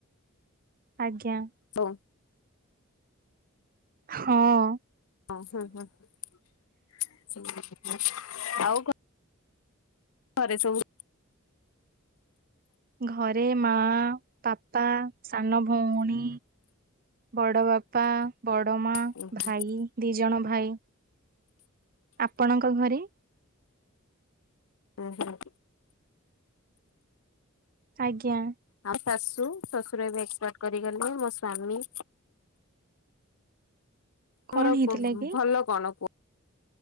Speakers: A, on the right; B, on the left.
A: ଆଜ୍ଞା।
B: ହ।
A: ହୁଁ।
B: ହ ହଁ ହଁ ଆଉ କ ଘରେ ସବୁ
A: ଘରେ ମା ବାପା ସାନ ଭଉଣୀ ବଡ଼ ବାପା, ବଡ଼ ମା,
B: ଉଁ ହୁଁ
A: ଭାଇ, ଦି ଜଣ ଭାଇ ଆପଣଙ୍କ ଘରେ?
B: ହୁଁ ହୁଁ।
A: ଆଜ୍ଞା।
B: ଆଉ ଶାଶୁ ଶ୍ୱଶୁର ଏବେ ଏକପଟ କରିଗଲେ ମୋ ସ୍ଵାମୀ
A: କଣ
B: ତମର
A: ହେଇଥିଲା କି?
B: ଭଲ କଣ କୁହ?